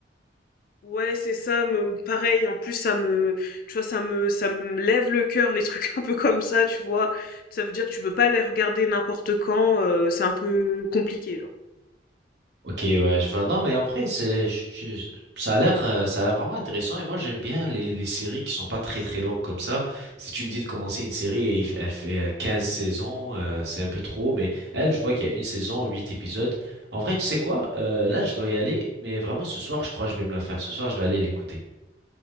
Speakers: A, on the left; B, on the right.
A: Ouais, c'est ça, me pareil, en plus ça me tu vois ça me ça me lève le cœur les trucs <laughs> un peu comme ça, tu vois. Ça veut dire que tu peux pas les regarder n'importe quand, euh, c'est un peu compliqué genre.
B: Ok, ouais, je vois. Non, mais en vrai, c'est, je- je- je- ça a l'air, euh, ça a l'air vraiment intéressant. Et moi, j'aime bien les, les séries qui sont pas très très longues comme ça. Si tu me dis de commencer une série et il f- elle fait euh, 15 saisons, euh, c'est un peu trop. Mais elle, je vois qu'il y a une saison, 8 épisodes. En vrai, tu sais quoi? Euh, là, je dois y aller. Mais vraiment, ce soir, je crois que je vais me la faire. Ce soir, je vais aller l'écouter.